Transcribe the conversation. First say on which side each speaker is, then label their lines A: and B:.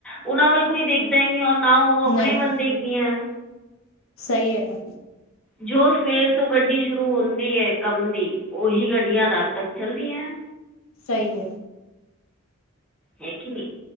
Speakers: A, in the centre; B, on the left.
A: ਉਹਨਾ ਵੱਲ ਕੋਈ ਦੇਖਦਾ ਹੀ ਨਹੀਂ ਆ ਨਾ ਉਹ ਆਪਣੇ
B: ਨਹੀਂ
A: ਵਨ
B: ਤਾਂ
A: ਦੇਖ ਦੀਆਂ
B: ਸਹੀ ਹੈ ਨਾ
A: ਜੋ ਸਵੇਰ ਤੋਂ ਗੱਡੀ ਸ਼ੁਰੂ ਹੁੰਦੀ ਹੈ ਕੰਮ ਦੀ, ਔਹੀ ਗੱਡੀਆਂ ਰਾਤ ਤੱਕ ਚੱਲਦੀਆਂ।
B: ਸਹੀ ਹੈ
A: ਹੈ ਕਿ ਨਹੀਂ